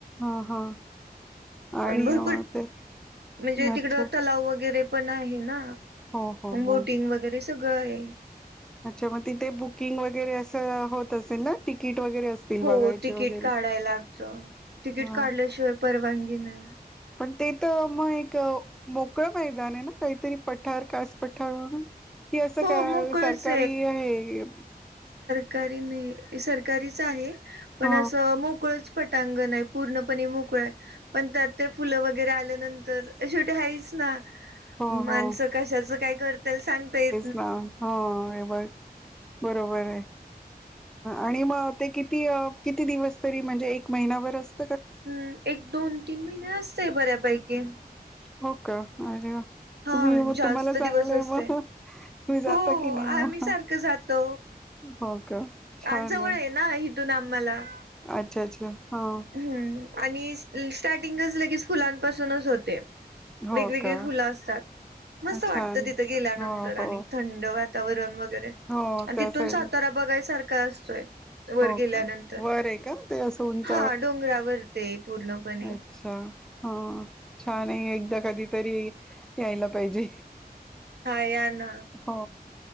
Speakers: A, in the centre; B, on the right.
A: ह हा. आणि
B: आण भरपूर
A: अ, ते
B: म्हणजे
A: अच्छा
B: तिकड तलाव वगैरे पण आहे ना
A: हो हो
B: बोटिंग
A: हो
B: वगैरे सगळं आहे.
A: अच्छा मग तिथे बुकिंग वगैरे असं होत असेल ना तिकीट. वगैरे असतील
B: हो
A: बघायचे
B: तिकीट
A: वगैरे
B: काढाय लागतं तिकीट
A: हा
B: काढल्याशिवाय परवानगी नाही.
A: पण ते तर मग एक मोकळ मैदान आहे ना काहीतरी पठार कास पठार म्हणून कि असं
B: हो
A: का
B: मोकळच
A: सरकारी आहे.
B: कारीन नाही सरकारीच आहे पण
A: ह
B: असं मोकळंच पटांगण आहे पूर्णपणे मोकळा आहे पण त्यात ते फुलं वगैरे आल्यानंतर शेवटी हच ना
A: हो
B: माणसं
A: हो
B: कशाच काय करताल सांगताय.
A: ह हो हे बघ बरोबर आहे. आणि मग ते किती किती दिवस तरी म्हणजे एक महिनाभर असत
B: हम्म एक दोन तीन महिने असतय बऱ्यापैकी.
A: हो का अरे वा
B: हा
A: तुम्ही मग
B: जास्त
A: तुम्हाला
B: दिवस
A: चांगलंय
B: असते
A: मग तुम्ही जाता
B: हो
A: की नाही मग
B: आम्ही सारखं जातो. <unintelligible>
A: हो का छान
B: अजवळ आहे ना इथून आम्हाला
A: अच्छा अच्छा हा.
B: हम्म आणि स्टार्टिंगच लगेच फुलांपासूनच होते.
A: हो
B: वेगवेगळी
A: का
B: फुलं असतात मस्त वाटतं
A: छान
B: तिथं गेल्यानंतर
A: हो
B: आणि
A: हो
B: थंड वातावरण. वातावरण वगैरे
A: हो
B: आणि
A: त्या
B: तिथून
A: साईड
B: सातारा बघायसारखा असतोय. वर
A: हो
B: गेल्यानंतर
A: का वर आहे का ते असं उंच?
B: हा डोंगरावर ते पूर्णपणे
A: अच्छा हा छान आहे एकदा कधीतरी यायला पाहिजे.
B: हा या ना
A: हो